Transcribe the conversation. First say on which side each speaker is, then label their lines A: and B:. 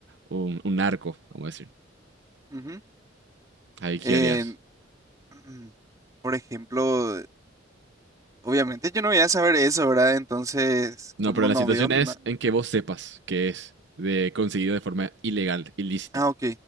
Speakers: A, on the right; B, on the right.
A: un, un narco, vamos a decir.
B: Ujú.
A: Ahí qué
B: En-
A: harías.
B: Mm, Por ejemplo, obviamente yo no voy a saber eso, ¿verdad? Entonces,
A: No,
B: como
A: pero la
B: no
A: situación
B: veo nada.
A: es en que vos sepas que es de, conseguido de forma ilegal, ilícito.
B: Ah, ok,